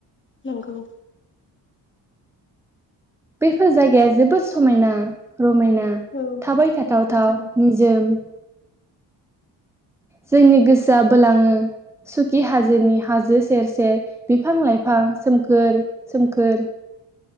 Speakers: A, on the left; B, in the centre.
A: नंगौ।
B: बेफोर जायगाया जोबोद समायना। रमायना
A: औ
B: थाबाय थावथाव
A: नंगौ थारैनो
B: निजोम जोंनि गोसोआ बोलाङो सुखि हाजोनि हाजो सेर सेर बिफां लाइफां सोमखोर सोमखोर।